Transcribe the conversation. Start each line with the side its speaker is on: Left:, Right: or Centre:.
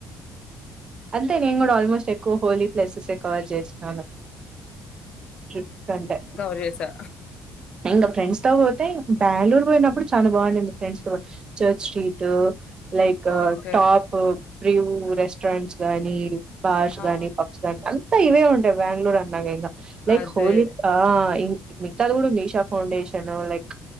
Right: అంతే నేను కూడా ఆల్మోస్ట్ ఎక్కువ హోలీ ప్లేసెస్ ఏ కవర్ చేస్తున్నాను ట్రిప్ కంటే
Left: ర్ ఏసా
Right: ఇంకా ఫ్రెండ్స్ తో పోతే బెంగళూరు పోయినప్పుడు చాలా బాగుండిది ఫ్రెండ్స్ తో church street like
Left: okay
Right: top ప్రివూ రెస్టారెంట్స్ గానీ పాస్
Left: ఆ
Right: కాని పబ్స్ గానీ అంతా ఇవే ఉంటాయి బ్యాంగళూరు అన్నాక ఇంకా లైక్
Left: అదే
Right: హోలీ ఆ ఇం మిగతది కూడా మీ షాప్ నుండి ఆశిండు లైక్